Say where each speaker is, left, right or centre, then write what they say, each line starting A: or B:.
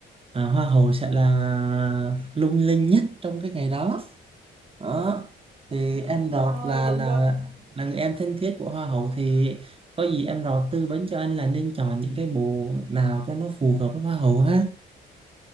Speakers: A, on the right; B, on the right.
A: à, hoa hậu sẽ là lung linh nhất trong cái ngày đó đó thì
B: Được
A: em Rọt
B: rồi
A: là
B: đúng
A: là
B: rồi
A: là người em thân thiết của hoa hậu thì có gì em Rọt tư vấn cho anh là nên chọn những cái bộ nào cho nó phù hợp với hoa hậu ha